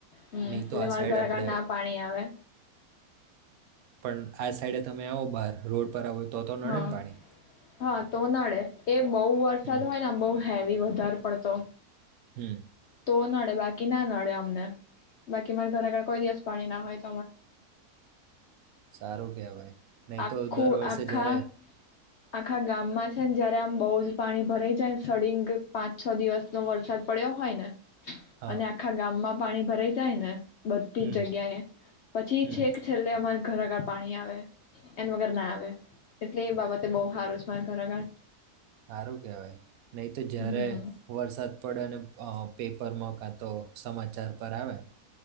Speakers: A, on the left; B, on the right.
A: હમ્મ
B: નહીં
A: એટલે
B: તો આ
A: મારે
B: સાઈડ
A: ઘરે
B: આપણે
A: ના પાણી આવે
B: પણ આ સાઈડે તમે આવો બહાર રોડ પર આવો તો તો નડે
A: હા
B: ને પાણી
A: હા તો નડે એમ બહુ વરસાદ
B: હમ
A: હોય ને આમ બહુ હેવી વધારે પડતો
B: હમ્મ
A: તો નડે બાકી ના નડે અમને બાકી મારે ધરાગળ કોઈ દિવસ પાણી ના હોય
B: સારું કેવાય નહી
A: આખું
B: તો દર વર્ષે
A: આખા
B: જ્યારે
A: આખા ગામમાં છે ને જયારે આમ બહુ જ પાણી ભરાઈ જાયને સળંગ પાંચ છ દિવસનો વરસાદ પડ્યો હોય ને
B: હા
A: અને આખા ગામમાં પાણી ભરાઈ જાય ને બધતી
B: હમ
A: જ જગ્યા એ પછી
B: હમ
A: છે કે છેલ્લે અમારે ઘરા પાણી આવે એન વગર ના આવે એટલે એ બાબતે બહુ હારું છે મારે ધરઆગળ
B: હારું કેહેવાય નહી તો જયારે
A: હમ
B: વરસાદ પડે અ પેપર મોકા તો સમાચાર પર આવે